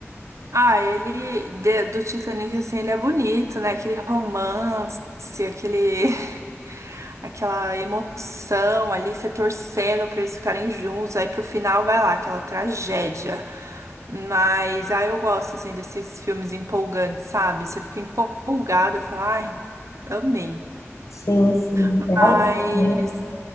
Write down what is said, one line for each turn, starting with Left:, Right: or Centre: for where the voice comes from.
Right: Ah, ele de- do Titanic assim, ele é bonito, né? Aquele romance, aquele <laughs> aquela emoção ali, você torcendo pra eles ficarem juntos, aí pro final vai lá aquela tragédia. Mas ah, eu gosto assim desses filmes empolgantes, sabe? Você fica empolgada, eu falo, ai, amei.
Left: Sim, sim,
Right: Mas
Left: realmente, né?